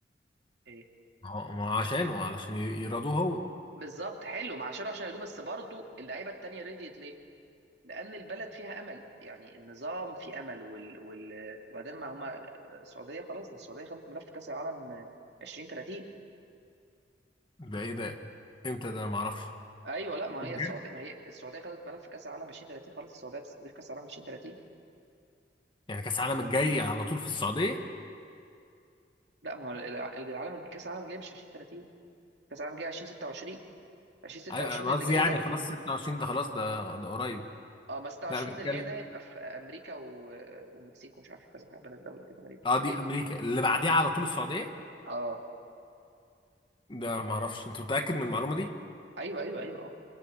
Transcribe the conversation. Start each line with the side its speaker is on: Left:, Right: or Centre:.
Right: ايه
Left: ما هو ما هو عشانه علشان ي- يرضوه هو
Right: بالظبط حلو مع شيرو عشان يدوب بس برضو اللعيبه التانيه رضيت ليه؟ لان البلد فيها امل يعني النظام في امل وال... وال... وبعدين ما هما آه، السعوديه خلاص ده السعوديه خدت ملف كاس العالم 2030
Left: ده ايه ده امتى ده انا ما اعرفش
Right: ايوه لا ما
Left: بجد؟
Right: هي السعوديه ما هي السعوديه خدت ملف كاس العالم 2030 خلاص السعوديه تستضيف كاس العالم 2030
Left: يعني كاس العالم الجاي على طول في السعوديه
Right: لا ما هو الع- العالم كاس العالم الجاي مش 2030 كاس العالم الجاي 2026 2026
Left: ايوه انا
Right: اللي
Left: قصدي
Right: جاي
Left: يعني
Right: ده
Left: خلاص 26 ده خلاص ده ده قريب
Right: اه ما 26
Left: لا بتكلم
Right: اللي جاي ده هيبقى في امريكا و... والمكسيك ومش عارف كذا بلد دوله كده غريبه
Left: اه دي امريكا اللي بعديها على طول السعوديه
Right: اه
Left: ده ما اعرفش انت متاكد من المعلومه دي
Right: ايوه ايوه ايوه آه.